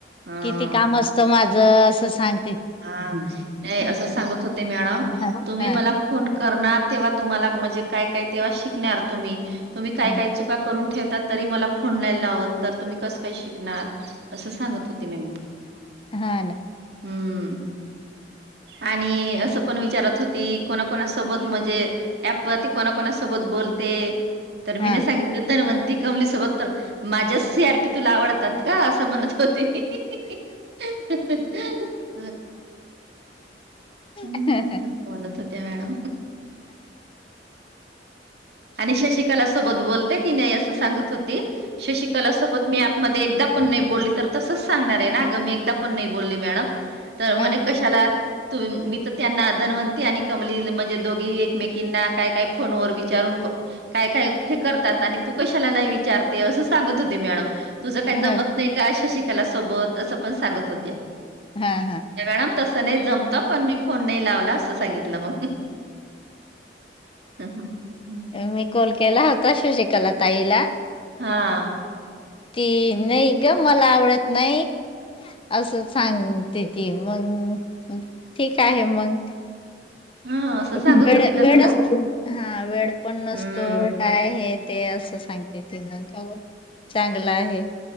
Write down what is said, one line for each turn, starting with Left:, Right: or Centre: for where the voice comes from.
Right: हा
Left: किती काम असत माझं,, असं सांग.
Right: हा,, नाही असं सांगत होते मॅडम,,
Left: हा
Right: तुम्ही
Left: हा
Right: मला फोन करणार तेव्हाऽऽ तुम्हाला म्हजे काय काय तेव्हाच शिकणार तुम्ही,, तुम्ही काय
Left: हा
Right: काय चुका करून ठेवता तरी मलाऽऽ फोन नाई लावत तर तुम्ही कसं काय शिकणार असं सांगत होते मी मॅडमना,,
Left: हा ना
Right: हम्म. आणि अस पण विचारत होती,, कोणा कोणा सोबतऽऽ म्हणजे,, ऍपवरती कोणा कोणासोबत बोलते,,, तर
Left: हा
Right: मी नाई सांगितलं, धन्वंतऽऽ ती कमली सोबत तर,, माझ्याच सी, आर, पी तुला आवडतात का, असं म्हणत होती. हि, ही, ही, ह, ह, ह हम्
Left: ह
Right: बोलत होत्या मॅडम. आणिन श शिक,, कला सोबत बोलते की नाही असं सांगत होती,, श शिकला सोबत मी ॅअॅपमध्येऽऽ दा पण नाही बोलली तर तसच सांगणार आहे ना अ गं,, मी एकदा पण नाही बोलली मॅडम,, तर म्हणे
Left: ह
Right: कशाला. तु मी तर त्यांना धन्वंती आणि कमली म्हणजे दोघी एकमेकींना काय काय फोनवर विचारून काय काय हे करतात आणि तू कशाला नाही विचारते असं सांगत होते मॅडम.. तुझं काही
Left: ह.
Right: जमत नाही का,, शशिकाला सोबत,, असं पण सांगत होत्या.
Left: हा हा
Right: नाही मॅडम तसं नाही जमत पण मी फोन नाही लावला,, असं सांगितलं मग.. हं, हं.
Left: मी कॉल केला होताऽऽ तस शशिकला ताईलाऽऽ
Right: हाऽऽ
Left: ती नाई ग,, मला आवडत नाई. असं,, सांगते ती मग,, ठीक आहे मगं <unintelligible>
Right: हां. असं सांगत
Left: वेळ,
Right: होती का तुला?
Left: हा, हा वेळ पण नसतो
Right: हं,
Left: काय हे ते असं सांगऽऽ चांगलं आहे..